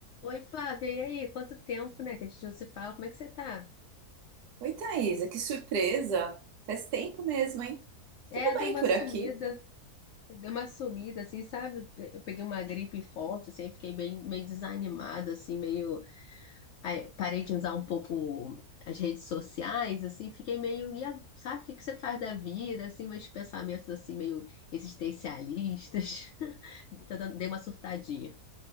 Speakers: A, on the left; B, on the right.
A: Oi, Flávia, e aí? Quanto tempo, né, que a gente não se fala? Como é que você tá?
B: Oi, Thaisa, que surpresa! Faz tempo mesmo, hein?
A: É,
B: Tudo bem
A: deu uma
B: por
A: sumida,
B: aqui?
A: deu uma sumida, assim, sabe? Eu peguei uma gripe forte, assim, fiquei bem, meio desanimada, assim, meio... Aí, parei de usar um pouco as redes sociais, assim, fiquei meio... E, a- sabe, o que que você faz da vida, assim, meus pensamentos, assim, meio existencialistas. <laughs> Tô dando- Dei uma surtadinha.